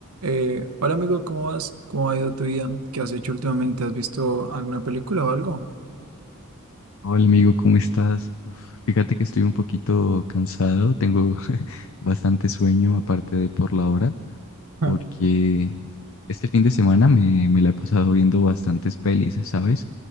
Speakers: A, on the right (about 80°); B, on the left (about 65°).
A: Eh, hola amigo, ¿cómo vas? ¿Cómo ha ido tu vida? ¿Qué has hecho últimamente? ¿Has visto alguna película o algo?
B: Hola amigo, ¿cómo estás? Uf, fíjate que estoy un poquito cansado, tengo <laughs> bastante sueño aparte de por la hora,
A: Ah,
B: porque este fin de semana me, me la he pasado viendo bastantes pelis, ¿sabes?